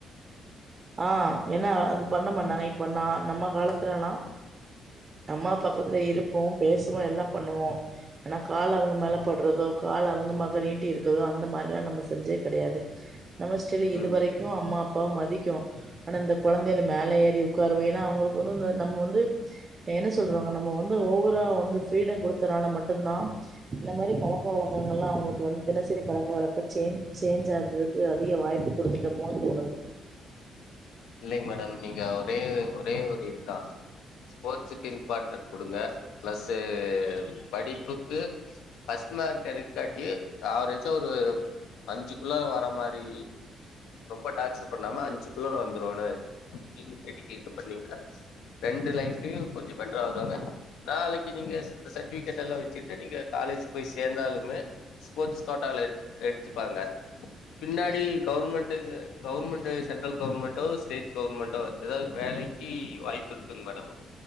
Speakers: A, on the right; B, on the left.
A: ஆஹ் என்ன அது பண்ண மன்ன இப்ப நா நம்ம காலத்துலா அம்மா பக்கத்துல இருப்போம் பேசுவோம் எல்லாம் பண்ணுவோம் ஆனா கால் அவங்க
B: ம்
A: மேல போடுறதோ கால் அவங்க பக்க நீண்டி இருக்கிறதோ அந்த மாரில்லாம் நம்ம செஞ்சது கிடையாது நம்ம ஸ்டைல் இதுவரைக்கும்
B: ம்
A: அம்மா அப்பாவை மதிக்கிறோம் ஆனா இந்த கெழந்தைல மேல ஏறி உட்காருவ ஏன்னா அவங்களுக்கு ஒதுந்த நம்ம வந்து இப்ப நம்ம வந்து ஓவரா வந்து ஃப்ரீட கொடுத்தநாள மட்டும் தா இந்த மாரி பழக்கவழக்கங்கலா அவங்கள் இந்த மாரி தினசரி பழக்கவழக்கங்கலா சேஞ்ச் ஆகுது அதிக வாய்ப்பு குடுத்துட்டோமோ போனது
B: இல்லைங்க மேடம் நீங்க ஒரே ஒரே ஒரு இதுதான் ஸ்போர்ட்சுக்கு இம்பார்டன் கொடுங்க பிளஸ்சு படிப்புக்கு பஸ்ட் மார்க் எடுக்காட்டி ஆவரேஜா ஒரு அஞ்சு குள்ள வர மாரி ரொம்ப டார்ச்சர் பண்ணாம அஞ்சு குள்ள வந்து தோழர் நீங்க ஃபர்ஸ்ட் என்ன பண்றீங்கநா ரெண்டு லைஃப்லையும் கொஞ்சம் பெட்டரா வருவாங்க நாளைக்கு இந்த சர்டிஃபிகேட் காலேஜ் போய் சேர்ந்தாலூமே ஸ்போர்ட் கொட்டலா எடுத்துப்பாங்க பின்னாடி கவர்மெண்ட் சென்ட்ரல் கவர்மெண்ட் சென்ட்ரலோ ஸ்டேட் கவர்மெண்டோ ஏதாது வேலைக்கு வாய்ப்பு இருக்குங்க மேடம்